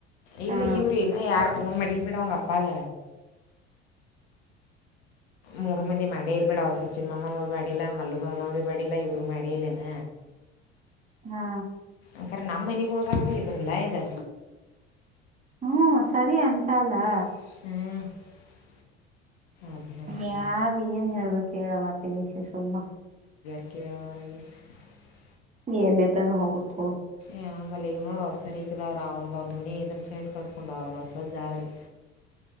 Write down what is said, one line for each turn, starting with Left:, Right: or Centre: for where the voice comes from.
Left: ಇಲ್ಲ
Right: ಹಾ
Left: ಇವ್ರ್ ಇನ್ನ ಯಾರ್ ಫೋನ್ ಮಾಡಿಲ್ ಬಿಡೋ ಅವ್ವ ಅಪ್ಪಾಗ ಮೂರ್ ಮಂದಿ ಮಾಡೇ ಇಲ್ ಬಿಡೋ ಅವ್ನ್ ಸಚಿನ್ ಮಾಮನವ್ರ್ ಮಾಡಿಲ್ಲ ಮಲ್ಲು ಮಾಮಾ ಬಿ ಮಾಡಿಲ್ಲ ಇವರು ಮಾಡೇ ಇಲ್ಲೇನ.
Right: ಹಾ
Left: ಅಕರ ನಮ್ಮ ಮನೆಗೋಳಗಾಗಿ ಇದನ್ನಲ್ಲ ಇದು.
Right: ಹ್ಮ್ ಸರಿ ಅನ್ಸಲ್ಲ.
Left: <unintelligible> ಅದು ಹೇಳ್ತೀನಿ
Right: ಯಾರ್ ಏನ್ ಹೇಳ್ಬೇಕ್ ತ್ತೇಳವ್ವ. ಕೃಷ್ಣ ವಿಷೆ ಸುಮ್ಮ
Left: ಕೇಳೋವರ್
Right: ನೀ ಎಲ್ಲಿ ತಾನ ಹೋಗೋದು.
Left: ಏ ಬಲಿ ಈಗ್ ನೋಡು ಅವ್ರ್ ಸ್ ಸರಿಕದವ್ರ ಅವ್ರದವ್ರ ಮನಿ ಇದನ್ನ ಸೈಡ್ ಕಟ್ಕೊಂಡು ಅವ್ರದವ್ರ ಸಜ್ಜ ಆದ್ರಿ.